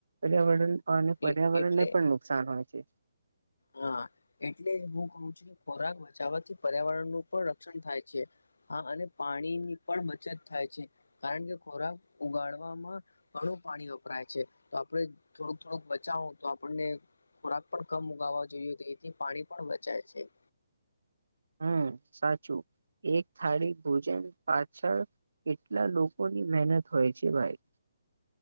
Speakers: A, on the right (about 65°); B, on the left (about 65°).
A: પર્યાવરણ અને
B: છે
A: પર્યાવરણ
B: એટલે
A: ને પણ નુકસાન હોય છે.
B: હા એટલે હું કહું છું ખોરાક બચાવવાથી પર્યાવરણનું પણ રક્ષણ થાય છે. હા અને પાણીની પણ બચત થાય છે કારણ કે ખોરાક ઉગાડવામાં. ઘણું પાણી વપરાય છે તો આપણે થોડુંક થોડુંક બચાવું તો આપણને ખોરાક પણ કમ. ઉગાવા જોઈએ તો એથી પાણી પણ બચાય છે.
A: હમ સાચું. એક થાળી ભોજન પાછળ કેટલા લોકોની મહેનત હોય છે ભાઈ.